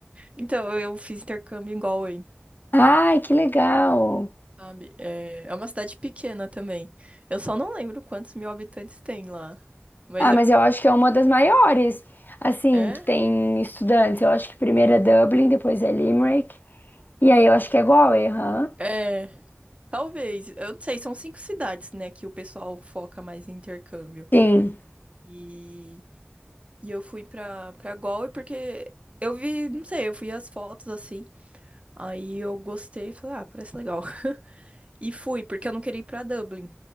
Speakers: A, on the right (about 30°); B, on the left (about 50°).
A: Então, eu eu fiz intercâmbio em Galway,
B: Ai, que legal.
A: sabe? É, é uma cidade pequena também. Eu só não lembro quantos mil habitantes tem lá. Mas
B: Ah,
A: é.
B: mas eu acho que é uma das maiores, assim,
A: É?
B: que tem estudantes. Eu acho que primeiro é Dublin, depois é Limerick. E aí eu acho que é Galway, aham.
A: É, talvez. Eu não sei, são cinco cidades, né, que o pessoal foca mais em intercâmbio.
B: Sim,
A: E, e eu fui pra, pra Galway porque eu vi, não sei, eu vi as fotos assim. Aí eu gostei e falei, ah, parece legal. <laughs> E fui, porque eu não queria ir pra Dublin